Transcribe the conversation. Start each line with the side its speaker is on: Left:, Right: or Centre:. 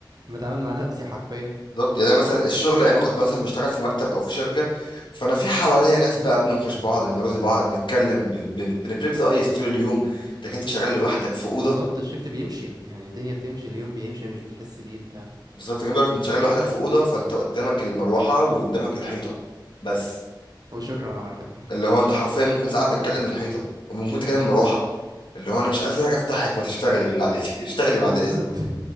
Right: بتعامل مع نفسي حرفيا
Left: بالظبط يعني انا مثلا الشغل ايام ما كنت مثلا بشتغل في مكتب او في شركه فانا في حواليا ناس بقى بننقش بعض بنرازي بعض بنتكلم بن- بن- بنبريك ذا ايس طول اليوم لكن انت شغال لوحدك في اوضه
Right: بالظبط الشيفت بيمشي يعني الدنيا بتمشي اليوم بيمشي مش بتحس بيه بتاع
Left: بالظبط كمان بقى انت شغال لوحدك في اوضه فانت قدامك المروحه وقدامك الحيطه بس
Right: وشكرا على كده
Left: اللي هو انت حرفيا ممكن ساعات بتكلم الحيطه وممكن تكلم المروحه اللي هو انا مش قادر افتحك ما تشتغلي بالله عليك <laughs> اشتغلي بعد
Right: <laughs> اه بالظبط
Left: اذنك